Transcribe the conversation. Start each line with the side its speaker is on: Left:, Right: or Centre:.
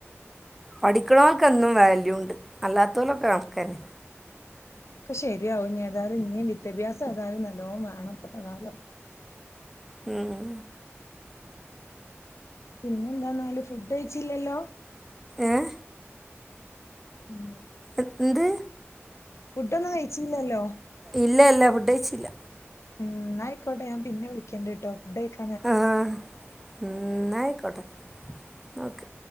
Centre: പഠിക്കണൽക്ക്ന്നും വാല്യൂണ്ട് അല്ലാത്തലൊക്കെ കണകന്നെ.
Left: ഒക്കെ ശരിയാവും ഏതായാലും ഇനി വിദ്യാഭ്യാസം ഏതായാലും നല്ലോ വേണപ്പത്തെ കാലം.
Centre: ഉം.
Left: പിന്നെന്താന്നാല് ഫുഡ് കഴിച്ചില്ലല്ലോ?
Centre: ഏഹ്.
Left: ഉം.
Centre: എന്ത്?
Left: ഫുഡൊന്നും കഴിച്ചില്ലല്ലോ?
Centre: ഇല്ല ഇല്ല ഫുഡ് കഴിച്ചില്ല.
Left: ഉം. എ ന്നായിക്കോട്ടെ ഞാൻ പപിന്നെ വിളിക്കണ്ടട്ടോ ഫുഡ
Centre: ആഹ് ന്നയിക്കോട്ടെ ഓക്കെ